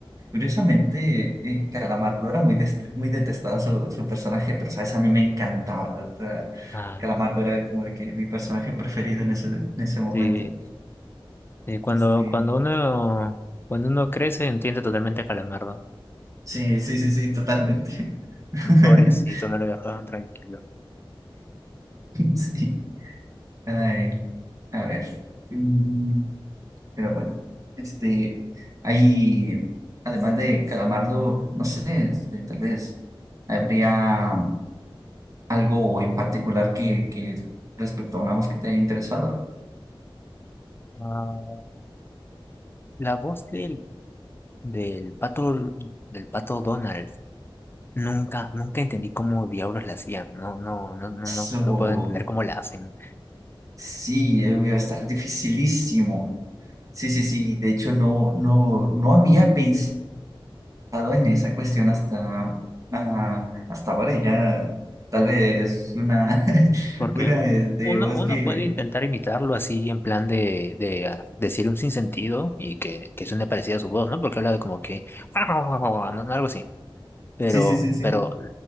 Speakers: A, on the right (about 35°); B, on the left (about 25°).
A: Curiosamente, eh, Calamardo era muy, dest- muy detestado su, su personaje, pero sabes, a mí me encantaba. O sea,
B: Ah,
A: Calamardo era como de que mi personaje preferido en ese, en ese momento.
B: sí. Sí, cuando,
A: Este,
B: cuando uno, cuando uno crece, entiende totalmente a Calamardo.
A: Sí, sí, sí, sí, totalmente. <laughs>
B: Pobrecito, no lo dejaban tranquilo.
A: Sí. Ay, a ver. Mm, Pero bueno, este, hay, además de Calamardo, no sé, este, tal vez habría. algo en particular que, que respecto a una voz que te haya interesado.
B: Ah, La voz del, del pato, del pato Donald, nunca, nunca entendí cómo diablos la hacían. No, no, no, no,
A: So,
B: no, no puedo entender cómo la hacen.
A: sí, eh, debe estar dificilísimo. Sí, sí, sí. De hecho, no, no, no había pensado en esa cuestión hasta, ah, hasta ahora. y Ya, tal vez una, <laughs>
B: Porque
A: una este,
B: uno,
A: voz
B: uno
A: que.
B: puede intentar imitarlo así en plan de, de ah, decir un sinsentido y que, que suene parecida a su voz, ¿no? Porque habla de como que <laughs> no, no, no, no, algo así. Pero,
A: Sí, sí, sí, sí.
B: pero